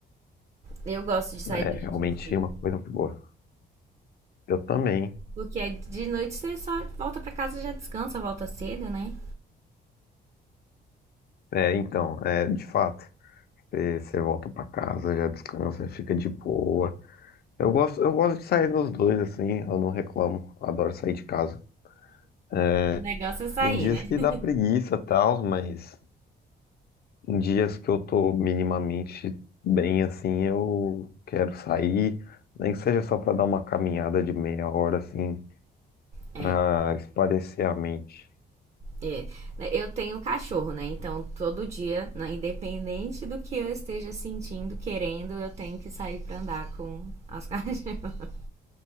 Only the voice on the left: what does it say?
é
realmente
é uma coisa muito boa. Eu também.
É, então, é, de fato, você você volta pra casa, já descansa, fica de boa. Eu gosto, eu gosto de sair nos dois, assim, eu não reclamo. Adoro sair de casa. É,
Tem dias
que
dá preguiça e tal, mas em dias que eu tô minimamente bem assim, eu quero sair, nem que seja só pra dar uma caminhada de meia hora assim,
pra espairecer a mente.